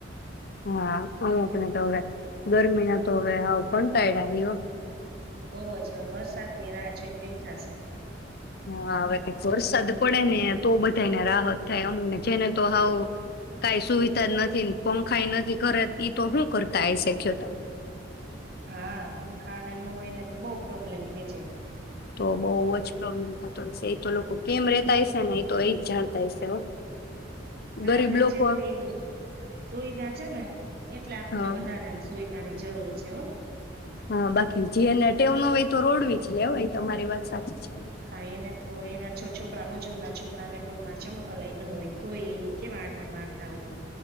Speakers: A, on the left (about 55°); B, on the right (about 55°).
A: હા અમુકને તો હવે, ગરમી ના તો હવે આવ કો ટાયદો.
B: બહુ જ વરસાદની રાહ જોઈને બેઠા છે.
A: હા હવે કઈ વરસાદ પડે ને તો બધાને રાહત થાય અમુકને છે ને તો હાવ, કઈ સુવિધા જ નથી પંખાઈ નથી ઘરે તો હું કરતા અહે છે તો.
B: હા પંખા અને ન હોય ને તો બહ પ્રોબ્લેમ થઈ જાય.
A: તો બહુ જ પ્રોબ્લેમ થતો હશે એ તો લોકો કેમ રેતા હશે ને એ તો એ જ જાણતા હશે.
B: પણ
A: ગરીબ
B: આપડે
A: લોકો
B: જેટલી સુવિધા છે ને એટલે આપણને
A: હા
B: વધારે આમ સુવિધા. તની જરૂર છે હો
A: હા બાકી જેને ટેવ ન હોય તો રોડવી જ લેવ એ તમારી વાત સાચી છે
B: હા, એને તો એના જો છોકરા મજૂર ના છોકરાને પગમાં ચંપલાય ન હોય તો એ કેવા આટા મારતા હોય